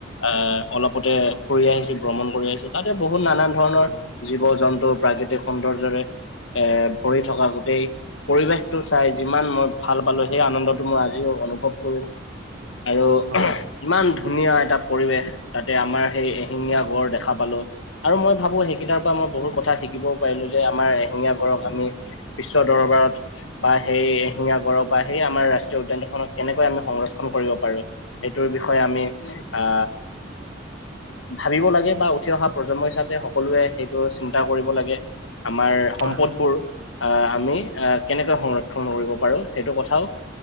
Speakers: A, on the left; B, on the right.
A: এ অলপতে ফুৰি আহিছো ভ্ৰমণ কৰি আহিছো তাতে বহুত নানান ধৰণৰ
B: হয়
A: জীৱ জন্তুৰ প্ৰাকৃতিক সৌন্দৰ্যৰে এ ভৰি থকা গোটেই পৰিৱেশটো চাই যিমান মই ভাল পালো সেই আনন্দতো মোৰ আজিও অনুভৱ কৰো আৰু ওমহ
B: হয়
A: ইমান ধুনীয়া এটা পৰিৱেশ তাতে আমাৰ সেই এশিঙীয়া গড় দেখা পালো আৰু মই ভাবো সেইকেইটাৰ পা মই বহুত কথা শিকিবও পাৰিলো যে আমাৰ এশিঙীয়া গড়ক আমি বিশ্ব দৰবাৰত বা সেই এশিঙীয়া গড়ক বা সেই আমাৰ ৰাষ্ট্ৰীয় উদ্যানখনত কেনেকৈ আমি সংৰক্ষণ কৰিব পাৰো সেইটোৰ বিষয়ে আমি আ ভাবিব লাগে বা উঠি অহা প্ৰজন্ম হিচাপে সকলোৱে সেইটো চিন্তা কৰিব লাগে আমাৰ
B: হয়
A: সম্পদবোৰ আ আমি আ কেনেকৈ সংৰ ক্ষণ কৰিব পাৰো সেইটো কথাও